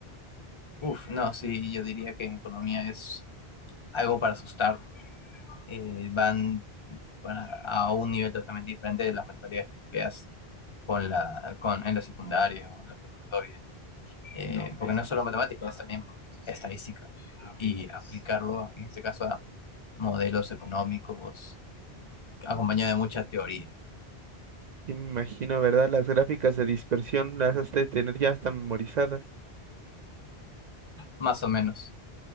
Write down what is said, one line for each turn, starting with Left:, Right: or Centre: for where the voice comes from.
Left: Uf, no, sí, yo diría que en economía es algo para asustar. Eh, van para- a un nivel totalmente diferente de las matemáticas que has con la, con, en la secundaria o en la preparatoria. Eh, porque no es solo matemáticas, es también estadística. Y aplicarlo, en este caso, a modelos económicos, acompañado de mucha teoría,
Right: Sí, me imagino, ¿verdad? Las gráficas de dispersión las has de tener ya hasta memorizadas.
Left: más o menos.